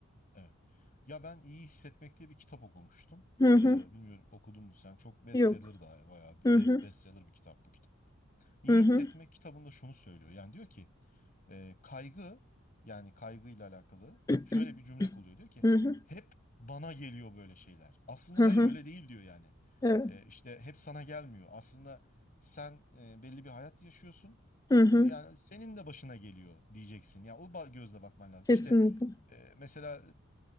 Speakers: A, on the left (about 40°); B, on the left (about 15°).
A: Evet. Ya ben iyi hissetmek diye bir kitap okumuştum.
B: Hı
A: Ee,
B: hı.
A: bilmiyorum okudun mu sen? Çok bestseller
B: Yok.
A: da bayağı bir
B: Hı
A: best-
B: hı.
A: bestseller bir kitap bu kitap. İyi
B: Hı
A: hissetmek
B: hı.
A: kitabında şunu söylüyor. Yani diyor ki e, kaygı yani kaygıyla alakalı
B: <clears throat>
A: şöyle bir cümle kuruyor. Diyor ki
B: Hı hı.
A: hep bana geliyor böyle şeyler. Aslında
B: Hı
A: hayır
B: hı.
A: öyle değil diyor yani.
B: Evet.
A: E, işte hep sana gelmiyor. Aslında sen e, belli bir hayat yaşıyorsun.
B: Hı hı.
A: Yani senin de başına geliyor diyeceksin. Ya o ba- gözle bakman lazım.
B: Kesinlikle.
A: İşte e, mesela